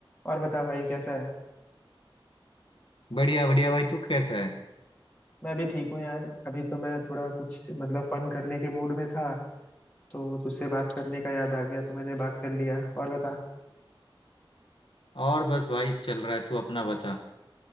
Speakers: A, on the left; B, on the left.
A: और बता भाई कैसा है
B: बढ़िया बढ़िया भाई तू कैसा है
A: मैं भी ठीक हूँ यार अभी तो मैं थोड़ा कुछ मतलब फन करने के मूड में था तो तुझसे बात करने का याद आ गया तो मैंने बात कर लिया और बता
B: और बस भाई चल रहा है तू अपना बता